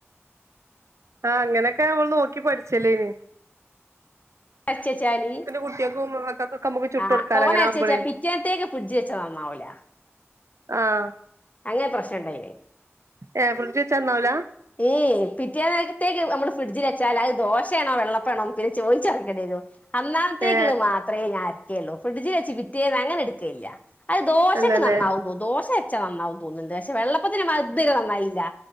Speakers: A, on the right; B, on the left.
A: ആ അങ്ങനെക്ക ഞമ്മള് നോക്കി പഠിച്ച്ലീന്
B: അരച്ച് വെച്ചാല്
A: കുട്ടികൾക്കും മക്കൾക്കൊക്കെ നമുക്ക് ചുട്ട്
B: ആ
A: കൊടുക്കാലോ
B: തോനഅരച്ച്
A: അങ്ങനെ ആവുമ്പളേ
B: വെച്ചാല് പിറ്റേന്നത്തേക്ക് ഫ്രിഡ്ജ് വെച്ചാ നന്നാവൂല
A: ആഹ
B: അങ്ങന പ്രശ്നണ്ടയിന്
A: ആ ഫ്രിഡ്ജ് വെച്ച നന്നാവൂല
B: ഏയ് പിറ്റേനേരത്തേക്ക് നമ്മള് ഫ്രിഡ്ജി വെച്ചാല് അത് ദോശയാണോ വെള്ളപ്പയാണ് പിന്നെ ചോയിച്ച് അറിയേണ്ടേനു അന്നനേരത്തേക്ക്ളള
A: ഏ
B: മാത്ര ഞ അരയ് ഫ്രിഡ്ജിൽ വെച്ച്കിട്ടി <unintelligible> ത്തില്ല അത് ദോശയ്ക്ക്
A: അല്ലല്ലേ
B: നന്നാവുതോന്നു ദോശ വെച്ച നന്നാവും തോന്നുണ്ട് പക്ഷെ വെള്ളപ്പത്തിന് <unintelligible> നന്നാവില്ലാ